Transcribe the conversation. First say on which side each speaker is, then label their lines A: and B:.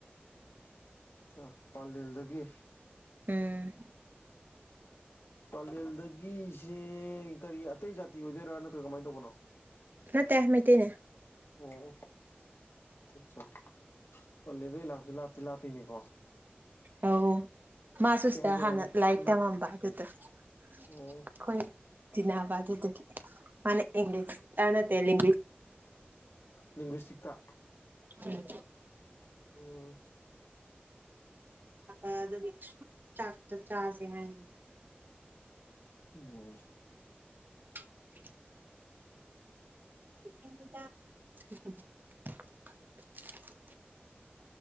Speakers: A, on the left (about 80°); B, on the right (about 55°).
A: ꯑꯆꯥ ꯄꯥꯜ ꯂꯖꯒ
B: ꯎꯝ
A: ꯄꯂꯦꯜꯗꯒꯤꯁꯦ ꯀꯔꯤ ꯑꯇꯩ ꯖꯥꯇꯤ ꯑꯣꯏꯗꯣꯏꯔꯥ ꯅꯠꯇ꯭ꯔꯒ ꯀꯃꯥꯏꯅ ꯇꯧꯕꯅꯣ
B: ꯅ ꯇ ꯃꯇꯩꯅꯦ
A: ꯑꯣ ꯑꯠꯆꯥ ꯄꯂꯦꯗ ꯂꯥꯛꯁꯤ ꯂꯥꯞꯇ ꯂꯥꯞꯄꯤꯅꯤꯀꯣ
B: ꯑ ꯃꯥꯁꯨ ꯁꯤꯇ
A: ꯍꯥꯏꯗꯣꯏꯔꯥ
B: ꯍꯥꯟꯅ ꯂꯥꯏꯠ
A: ꯅꯛ
B: ꯇꯃꯝꯕ ꯑꯗꯨꯗ ꯑꯩꯈꯣꯏ
A: ꯑꯣ
B: ꯗꯤꯅꯥꯕꯥꯗꯨ ꯑꯗꯨꯗꯒꯤ ꯏꯪꯂꯤꯁ ꯇꯅ ꯏꯂꯤ
A: ꯂꯤꯡꯒ꯭ꯋꯤꯁꯇꯤꯛꯇ
B: ꯎꯝ
A: ꯑꯣꯝ
B: ꯑꯗꯨꯅꯤ ꯆꯥꯁꯦ ꯍꯥꯏꯅ
A: ꯑꯣ
B: <unintelligible> <unintelligible> <inaudible>